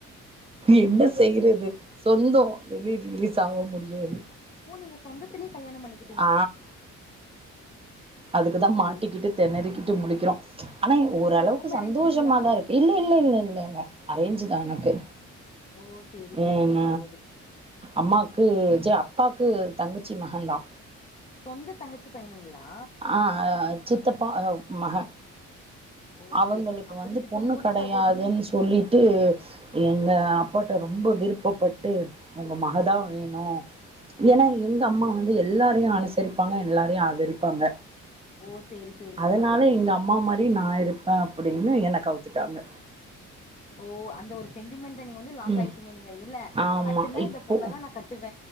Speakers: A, on the right (about 20°); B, on the left (about 25°).
A: என்ன செய்யறது சொந்தம் வெளிய ரிலீஸ் ஆக முடியாது
B: ஓ நீங்க சொந்தத்துலே கல்யாணோ பண்ணிக்
A: ஆ அதுக்குதா
B: ஓ
A: மாட்டிக்கிட்டு
B: சேரி
A: தெனறிக்கிட்டு முலிக்கறோ அனே ஓரளவுக்கு
B: நீங்க லவ் மேரேஜுங்களா
A: சந்தோஷமாதா இருக் இல்ல இல்ல இல்ல இல்ல அரேஞ்தா எனக்கு
B: ஓ சேரி சேரிங்க
A: ஏன்ன
B: சகோதரி
A: அம்மாக்கு ஜே அப்பாக்கு தங்கச்சி மததா
B: சொந்த தங்கச்சி பையனுங்ளா
A: ஆ சித்தப்பா அ மக
B: ஓ
A: அவுங்களுக்கு
B: சேரி அப்படி
A: வந்து
B: இருக்கும்
A: பொண்ணு
B: போது
A: கெடையாதுன்
B: சகோதரி
A: சொல்லி ட்டு எங்க அப்பாட்ட ரொம்ப விருப்பப்பட்டு உங்க மகதா வேணு ஏன்னா எங்க
B: ஓ
A: அம்மா வந்து எல்லாரையு அனுசரிப்பாங்க எல்லாரையு ஆதரிப்பாங்க
B: ஓ சேரி சேரிங்க
A: அதனால
B: சகோதரி
A: எங்க அம்மா மாதி நா இருப்பே அப்டின்னு என்ன கவுத்துட்டாங்க
B: ஓ அந்த ஒரு சென்டிமெண்ட நீங்க வந்து லாக்
A: ம்
B: ஆயிட்டீங்க நீங்க இல்ல
A: ஆமா.
B: கட்டுனாஇந்த
A: இப்போ
B: பொண்ணை தா நா கட்